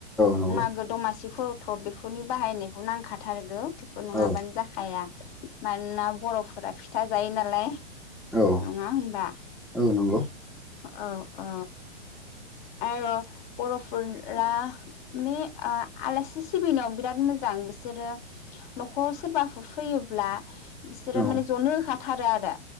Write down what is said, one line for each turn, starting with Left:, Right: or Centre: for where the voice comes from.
Centre: नंगौ
Left: मागो दमासि फोरथ बे फोरनि बाहायनायखौ नांखाथारगौ बेफोर नङाबानो
Centre: औ
Left: जाखाया मानोना बरफ फोरा फिथा जायो नालाय।
Centre: औ
Left: नङा होमबा
Centre: औ नंगौ।
Left: औ औ आरो बरफोरा माने ओ आलासि सि बिनायाव बिराद मोजां बिसोरो नखराव सोरबाफोर फैयोब्ला बिसोरो
Centre: औ
Left: माने जनो होखा थारो आरो।